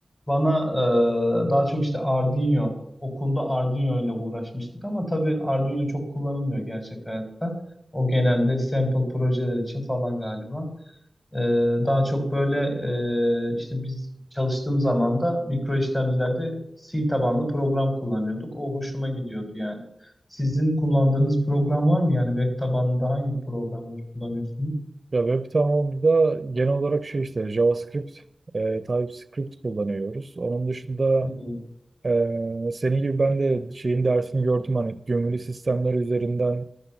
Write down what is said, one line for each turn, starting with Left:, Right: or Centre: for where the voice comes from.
Left: Bana e, daha çok işte Arduino, okulda Arduino ile uğraşmıştık ama tabii Arduino çok kullanılmıyor gerçek hayatta. O genelde sample projeler için falan galiba. E, daha çok böyle e, işte biz çalıştığım zaman da mikro işlemcilerde C tabanlı program kullanıyorduk. O hoşuma gidiyordu yani. Sizin kullandığınız program var mı? Yani web tabanlı da hangi programları kullanıyorsunuz?
Right: Ya web tamamında genel olarak şey işte JavaScript, e, TypeScript kullanıyoruz. Onun dışında
Left: Hı hı
Right: e, senin gibi ben de şeyin dersini gördüm hani gömülü sistemler üzerinden